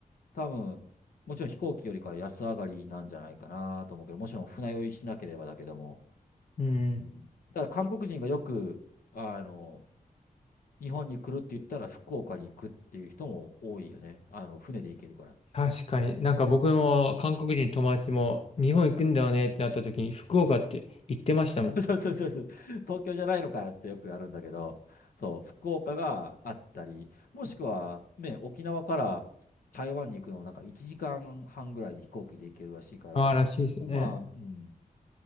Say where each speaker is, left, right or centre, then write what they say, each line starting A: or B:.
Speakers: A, on the left (about 75°); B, on the left (about 45°).
A: 多分、もちろん飛行機よりかは安上がりなんじゃないかなと思うけど、もちろん船酔いしなければだけども。
B: うん。
A: うんだから韓国人がよく、あの、日本に来るって言ったら福岡に行くっていう人も多いよね。あの、船で行けるから。
B: 確かに。なんか僕も韓国人友達も日本行くんだよねってなった時に福岡って言ってましたもん。
A: <laughs> そうそうそうそう。東京じゃないのかよってよくやるんだけど、そう、福岡があったり、もしくは、ね、沖縄から台湾に行くのもなんか1時間半ぐらいで飛行機で行けるらしいから、
B: ああ、らしいですよね。
A: まあ、うん、